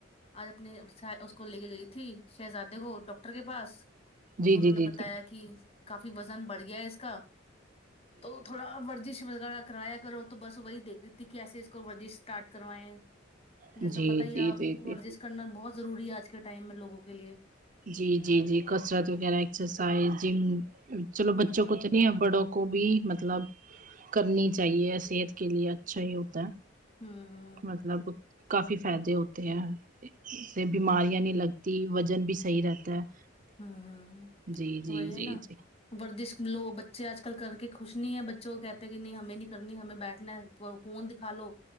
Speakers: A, on the left; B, on the right.
A: اج اپنے اس کو لے کے گئی تھی شہزادے کو ڈاکٹر کے پاس
B: جی
A: تو انہوں
B: جی
A: نے
B: جی
A: بتایا
B: جی
A: کہ کافی وزن بڑھ گیا اس کا تو تھوڑا ورزش وغیرہ کرایا کرو تو بس وہی دیکھ کیس اس کو ورزش اسٹارٹ کروائے جیسا
B: جی
A: پتہ ہی
B: جی
A: اپ
B: جی جی جی
A: ورزش کرنا بہت ضروری ہے اج کے ٹائم میں لوگوں کے لیے
B: جی جی جی کسرت وغیرہ ایکسرسائز جم چلو
A: ہوں
B: بچوں کو تو نہیں ہے بڑوں کو بھی مطلب کرنی چاہیے صحت کے لیے اچھا ہی ہوتا ہے
A: ہاں
B: مطلب کافی فائدے ہوتے ہیں سے بیماریاں نہیں لگتی وزن بھی صحیح رہتا ہے
A: ہوں ہوں
B: جی جی
A: وہی ہے
B: جی
A: نا
B: جی
A: ورزش لوگ بچے اج کل کر کے خوش نہیں ہے بچوں کو کہتے کہ نہیں ہمیں نہیں کرنی ہمیں بیٹھنا ہے فون دکھا لو